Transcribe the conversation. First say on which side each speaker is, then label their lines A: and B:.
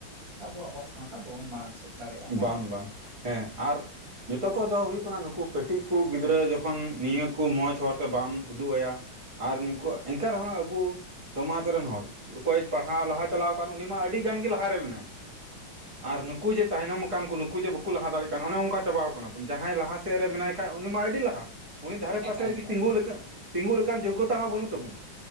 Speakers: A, on the right (about 50°); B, on the right (about 20°).
A: ᱟᱵᱚ ᱟᱵᱚᱣᱟᱜ <unintelligible> ᱟᱫᱚ ᱵᱚᱱ ᱢᱟᱲᱟᱝ ᱥᱮᱫ ᱫᱟᱲᱮᱭᱟᱜᱼᱟ ᱦᱮᱸ
B: ᱵᱟᱝ ᱵᱟᱝ ᱦᱮᱸ ᱟᱨ᱾ ᱡᱚᱛᱚ ᱠᱚ ᱫᱚ ᱦᱩᱭᱩᱜ ᱠᱟᱱᱟ ᱱᱩᱠᱩ ᱠᱟᱹᱴᱤᱡ ᱠᱚ ᱜᱤᱫᱽᱨᱟᱹ ᱡᱚᱠᱷᱚᱱ ᱱᱤᱭᱟᱹ ᱠᱚ ᱢᱚᱸᱡᱽ ᱦᱚᱨᱛᱮ ᱵᱟᱢ ᱩᱫᱩᱜ ᱟᱭᱟ᱾ ᱟᱨ ᱱᱩᱠᱩ-ᱟ ᱮᱱᱠᱟ ᱨᱮᱦᱚᱸ ᱟᱵᱚ ᱥᱚᱢᱟᱡ ᱨᱮᱱ ᱦᱚᱲ ᱚᱠᱚᱭ ᱯᱟᱲᱦᱟᱣ ᱞᱟᱦᱟ ᱪᱟᱞᱟᱣ ᱟᱠᱟᱱ ᱩᱱᱤ ᱢᱟ ᱟᱹᱰᱤ ᱜᱟᱱ ᱜᱮ ᱞᱟᱦᱟᱨᱮ ᱢᱮᱱᱟᱭ ᱟᱨ ᱱᱩᱠᱩ ᱡᱮ ᱛᱟᱭᱱᱚᱢ ᱟᱠᱟᱱ ᱠᱚ ᱱᱩᱠᱩ ᱡᱮ ᱵᱟᱠᱚ ᱞᱟᱦᱟ ᱫᱟᱲᱮᱭᱟᱜ ᱠᱟᱱ ᱚᱱᱮ ᱚᱱᱠᱟ ᱪᱟᱵᱟᱣ ᱠᱟᱱᱟ ᱵᱚᱱ ᱡᱟᱦᱟᱸᱭ ᱞᱟᱦᱟ ᱥᱮᱫ ᱨᱮ ᱢᱮᱱᱟᱭ ᱠᱷᱟ ᱩᱱᱤᱢᱟ ᱟᱹᱰᱤ ᱞᱟᱦᱟ᱾ ᱩᱱᱤ ᱫᱷᱟᱨᱮ
A: ᱮᱠᱟᱞ
B: ᱯᱟᱥᱮ ᱨᱮᱜᱮ
A: ᱮᱠᱟᱞ
B: ᱛᱤᱸᱜᱩ ᱛᱤᱸᱜᱩ ᱞᱮᱠᱟᱱ ᱡᱳᱜᱚᱛᱟ ᱦᱚᱸ ᱵᱟᱹᱱᱩᱜ ᱛᱟᱵᱚᱱᱟ᱾